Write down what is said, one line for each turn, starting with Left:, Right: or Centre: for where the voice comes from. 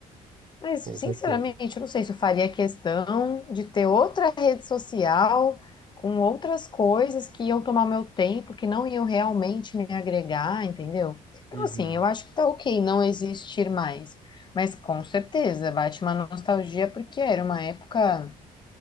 Left: Mas,
Right: Com
Left: sinceramente,
Right: certeza.
Left: eu não sei se eu faria questão de ter outra rede social com outras coisas que iam tomar meu tempo, que não iam realmente me agregar, entendeu? Então,
Right: Uhum.
Left: assim, eu acho que tá ok não existir mais. Mas com certeza bate uma nostalgia, porque era uma época